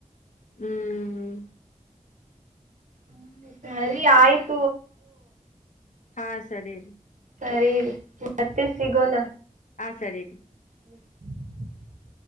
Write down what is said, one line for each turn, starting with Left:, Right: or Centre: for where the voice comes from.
Left: ಹ್ಮ್
Right: ಹ್ಮ ಸರಿ ಆಯ್ತ್
Left: ಹಾ ಸರಿ
Right: ಸರಿೀರಿ ಮತ್ತೆ ಸಿಗೋಣ
Left: ಹಾಂ ಸರಿ ರೀ
Right: ಹ್ಮ <inaudible>